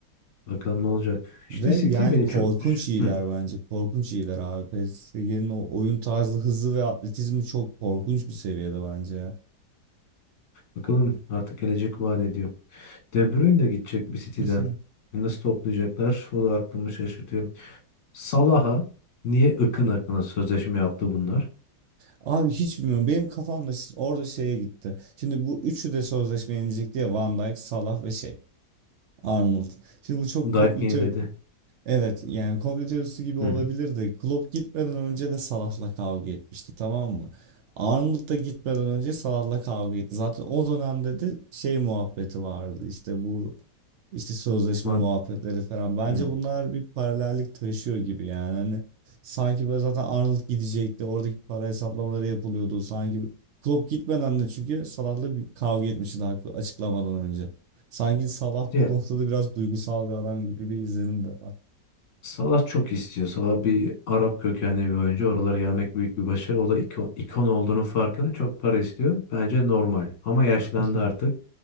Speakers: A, on the left; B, on the right.
A: Bakalım ne olacak. İşte
B: Ve
A: City
B: yani
A: beni
B: korkunç
A: çok...
B: iyiler
A: Hı,
B: bence. Korkunç iyiler abi. PSG'nin o oyun tarzı, hızı ve atletizmi çok korkunç bir seviyede bence ya.
A: bakalım artık gelecek vaat ediyor. De Bruyne de gidecek bir City'den.
B: <laughs>
A: E Nasıl toplayacaklar? O da aklımı şaşırtıyor. Salah'a niye ıkın akına sözleşme yaptı bunlar?
B: Abi hiç bilmiyorum. Benim kafamda orada şeye gitti. Şimdi bu üçü de sözleşme yenecek diye Van Dijk, Salah ve şey. Arnold. Şimdi bu çok komplike
A: Dijk yeniledi.
B: Evet yani komplo teorisi gibi olabilir
A: Hı hı.
B: de Klopp gitmeden önce de Salah'la kavga etmişti tamam mı? Arnold da gitmeden önce Salah'la kavga etti. Zaten o dönemde de şey muhabbeti vardı işte bu işte sözleşme
A: Ma-
B: muhabbetleri falan. Bence
A: hı.
B: bunlar bir paralellik taşıyor gibi yani hani sanki böyle zaten Arnold gidecekti oradaki para hesaplamaları yapılıyordu sanki Klopp gitmeden de çünkü Salah'la bir kavga etmişti daha açıklamadan önce. Sanki Salah
A: Ya
B: bu noktada biraz duygusal bir adam gibi bir izlenim de var.
A: Salah çok istiyor. Salah bir Arap kökenli bir oyuncu. Oralara gelmek büyük bir başarı. O da iko- ikon, olduğunu farkında çok para istiyor. Bence normal. Ama yaşlandı
B: <laughs>
A: artık.